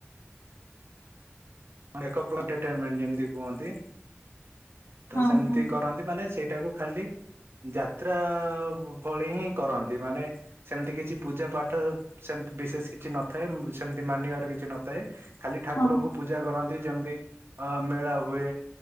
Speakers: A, on the right (about 60°); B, on the left (about 80°).
A: ଯେମତି କୁହନ୍ତି ତ
B: ହଁ
A: ସେମିତି
B: ହଁ
A: କରନ୍ତି ମାନେ ସେଇଟାକୁ ଖାଲି ଯାତ୍ରା ଭଳି ହିଁ କରନ୍ତି ମାନେ ସେମିତି କିଛି ପୂଜା ପାଠ ସେମତି ବିଶେଷ କିଛି ନଥାଏ ସେମତି ମାନିବାର କିଛି ନଥାଏ ଖାଲି ଠାକୁରଙ୍କୁ
B: ହଁ
A: ପୂଜା କରନ୍ତି ଯେମିତି ଅ ମେଳା ହୁଏ